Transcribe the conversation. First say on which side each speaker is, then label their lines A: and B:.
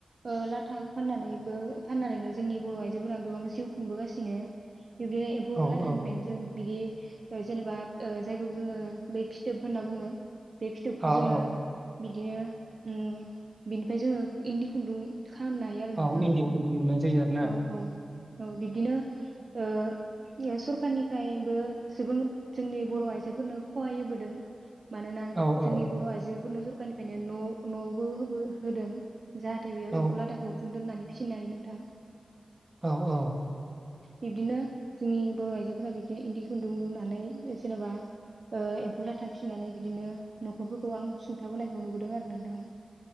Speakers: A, on the right; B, on the right.
A: ओ लाथा फाननानैबो फाननानैनो जोंनि बर' आइजोफोरा गोबां जिउ खुंबोगासिनो। बिदिनो एम्फौलाथानि
B: औ औ
A: बिदि जेनेबा ओ जायखौ जोंङो बै फिथोब होनना बुङो। बे फिथोबखौ
B: औ
A: जोंङो
B: औ
A: बिदिनो उम बिनिफ्राय जोंङो इन्दि खुन्दुं खालामनो हायो आरो नोंथां
B: औ इन्दि खुन्दुं लुनाय जायो आरोना
A: औ औ। औ बिब्दिनो ओ <unintelligible> सरखारनिफ्रायबो सुबुं जोंनि बर' आइजोफोरनो खहाय होबोदों। मानोना
B: औ
A: जोंनि
B: औ
A: बर' आइजोफोर नजोर दखाननिफ्रायनो न' न'आवबोहोबो होदों। जाहाथे बेयाव
B: औ
A: एम्फौलाथाखौ जों दोननानै फिसिनो हायो नोंथां।
B: औ औ।
A: बिबदिनो जोंनि बर' आइजो फोरा बिदिनो इन्दि खुन्दुं लुनानै जेनेबा ओ एम्फौ लाथा फिसिनानै बिदिनो न'खरफोरखौ आं सुंथाबोनायखौ नुबोदों आरो नोंथां।